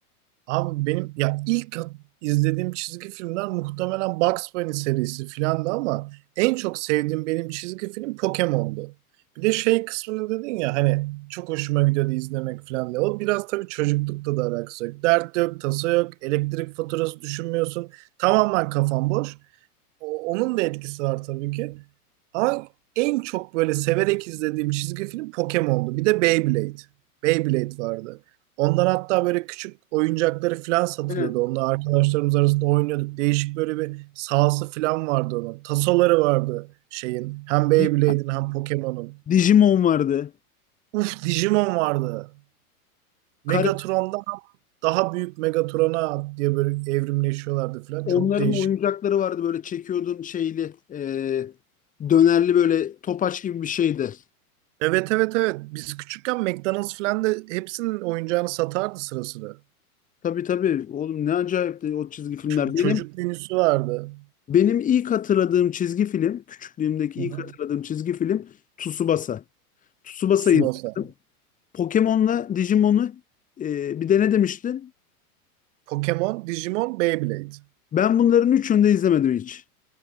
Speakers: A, on the right; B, on the left.
A: Abi benim ya ilk at- izlediğim çizgi filmler muhtemelen Bugs Bunny serisi filandı ama en çok sevdiğim benim çizgi film Pokemon'du. Bir de şey kısmını dedin ya hani çok hoşuma gidiyordu izlemek filan diye. O biraz tabii çocuklukta da alakası yok. Dert yok, tasa yok, elektrik faturası düşünmüyorsun. Tamamen kafan boş. O- onun da etkisi var tabii ki. Ama en çok böyle severek izlediğim çizgi film Pokemon'du. Bir de Beyblade. Beyblade vardı. Ondan hatta böyle küçük oyuncakları falan satılıyordu.
B: Aynen.
A: Onunla arkadaşlarımız arasında oynuyorduk. Değişik böyle bir sahası falan vardı onun. Tasoları vardı şeyin. Hem Beyblade'in
B: Di-
A: hem Pokemon'un.
B: Digimon vardı.
A: Uf Digimon vardı. Megatron'dan
B: Kare,
A: daha büyük Megatron'a diye böyle evrimleşiyorlardı falan.
B: onların
A: Çok değişik.
B: oyuncakları vardı böyle çekiyordun şeyli, e, dönerli böyle topaç gibi bir şeydi.
A: Evet evet evet. Biz küçükken McDonald's falan da hepsinin oyuncağını satardı sıra sıra.
B: Tabii tabii. Oğlum ne acayip de o çizgi filmler.
A: Ç- çocuk
B: Benim
A: menüsü vardı.
B: benim ilk hatırladığım çizgi film, küçüklüğümdeki
A: Hı
B: ilk
A: hı.
B: hatırladığım çizgi film Tsubasa. Tsubasa'yı
A: Tsubasa.
B: izledim. Pokemon'la Digimon'u e, bir de ne demiştin?
A: Pokemon, Digimon, Beyblade.
B: Ben bunların üçünü de izlemedim hiç.